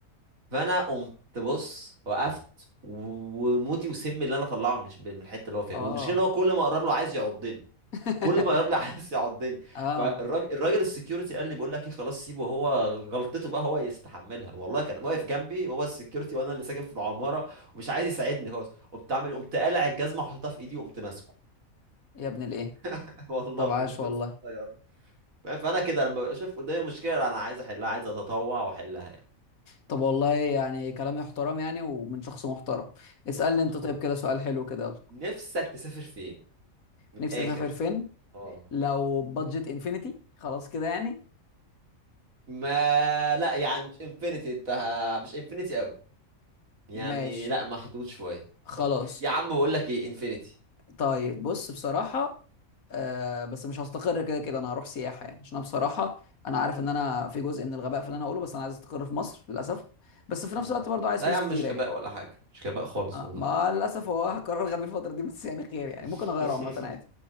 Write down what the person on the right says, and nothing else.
فانا قمت بص وقفت وموتي وسمي اللي انا طلعه من الش- من الحته اللي هو فيها
والمشكله ان هو كل ما اقرب له عايز يعضني
كل ما اقرب لي عايز يعضني
فالراجل الراجل السكيورتي قال لي بقول لك ايه خلاص سيبه هو غلطته بقى هو يستحملها والله كان واقف جنبي هو السكيورتي وانا اللي ساكن في العماره ومش عايز يساعدني خالص قمت عامل إيه؟ قمت قالع الجزمه وحطيتها في ايدي وقمت ماسكه
<laughs> والله
قمت
ماسك الطياره فاهم؟ فانا كده لما بشوف قدامي مشكله انا عايز احلها عايز اتطوع واحلها يعني
اخويا
نفسك تسافر فين من
الاخر
اه
ما لا يعني مش انفينيتي انت ه- مش انفينيتي قوي يعني
لا محدود شويه
يا عم بقول لك ايه انفينيتي
مم.
لا
يا عم
مش
غباء ولا حاجه مش غباء خالص
والله
<laughs>